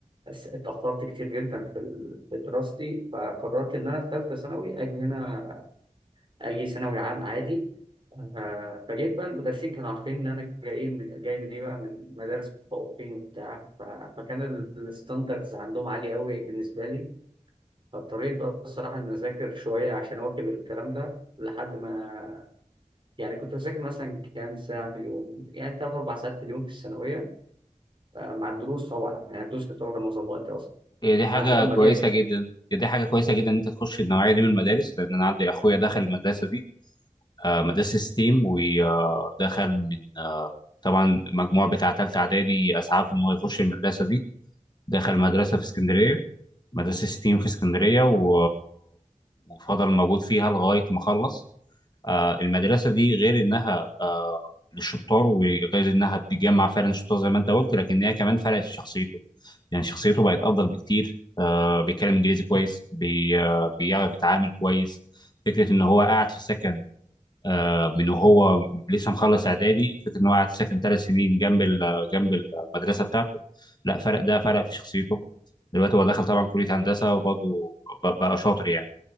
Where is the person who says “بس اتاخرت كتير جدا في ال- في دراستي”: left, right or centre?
Right